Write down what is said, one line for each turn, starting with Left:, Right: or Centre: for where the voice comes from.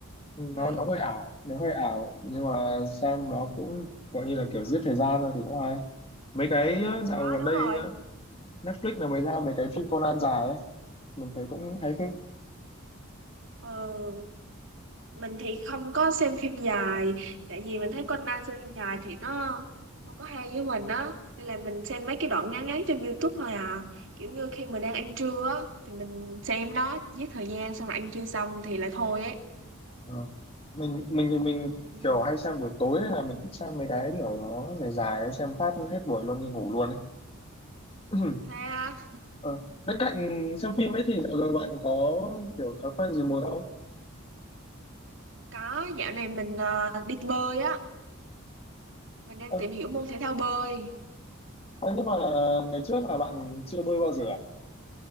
Left: nó
Right: hả
Left: nó hơi ảo nó hơi ảo nhưng mà xem nó cũng gọi như là kiểu giết thời gian thôi thì cũng hay mấy cái á, dạo
Right: đó
Left: gần
Right: đúng
Left: đây
Right: rồi
Left: á, Netflix là mới ra mấy
Right: ừ.
Left: cái phim Conan dài ấy mình thấy cũng hay phết
Right: Ừ. mình thì không có xem phim dài tại vì mình thấy Conan xem phim dài thì nó không có hay với mình á nên là mình xem mấy cái đoạn ngắn ngắn trên YouTube thôi à kiểu như khi mình đang ăn trưa á thì mình xem đó giết thời gian xong rồi ăn trưa xong thì lại thôi ấy
Left: Ờ. mình mình thì mình
Right: ừ.
Left: kiểu hay xem buổi tối nên là mình thích xem mấy cái kiểu nó dài dài ấy, xem phát hết buổi luôn đi ngủ luôn ấy <clears throat>
Right: thế à,
Left: ờ. bên cạnh xem phim ấy thì dạo giờ bạn có kiểu thói quen gì mới không
Right: có dạo này mình ờ, đi bơi á mình đang
Left: Ờ,
Right: tìm hiểu môn thể thao bơi
Left: ờ, nhưng mà ngày trước là bạn chưa bơi bao giờ à